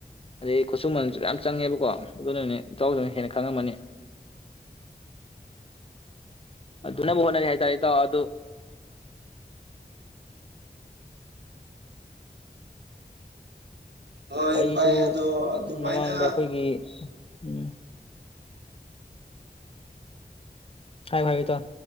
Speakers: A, on the left; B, on the right.
A: ꯑꯗꯩ ꯈꯨꯠꯁꯨꯃꯟꯁꯨ ꯌꯥꯝ ꯆꯪꯉꯦꯕꯀꯣ ꯑꯗꯨꯅꯅꯦ ꯏꯇꯥꯎ ꯍꯦ ꯈꯪꯉꯝꯃꯅꯤ ꯑꯗꯨ ꯑꯗꯨꯅꯕꯨꯣꯅ ꯆ ꯇ ꯑ ꯑꯗꯨ
B: ꯍꯣꯏ
A: ꯑꯩꯁꯨ
B: ꯚꯥꯏ ꯑꯗꯣ ꯑꯗꯨꯃꯥꯏꯅ
A: ꯃꯃꯥꯡꯗ ꯑꯩꯈꯣꯏꯒꯤ ꯎ ꯍꯥꯏꯥꯌꯨ ꯏꯇꯥꯎ